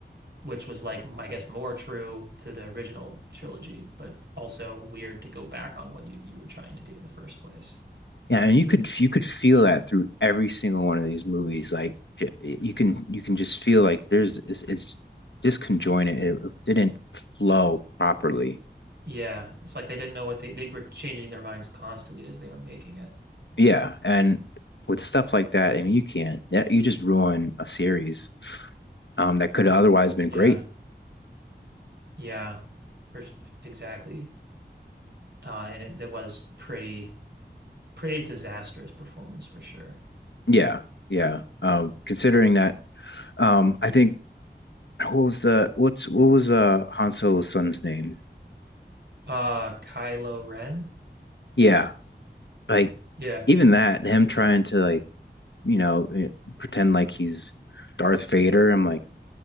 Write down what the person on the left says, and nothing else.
Yeah, and you could you could feel that through every single one of these movies. Like y- you can you can just feel like there's it's, it's disconjointed. It, it didn't flow properly.
Yeah, and with stuff like that, I mean, you can't. That, you just ruin a series um, that could have otherwise been
great.
Yeah, yeah. Um, considering that, um, I think what was the what's what was uh Han Solo's son's name?
Yeah, like
even that him trying to like you know, eh, pretend like he's Darth Vader. I'm like,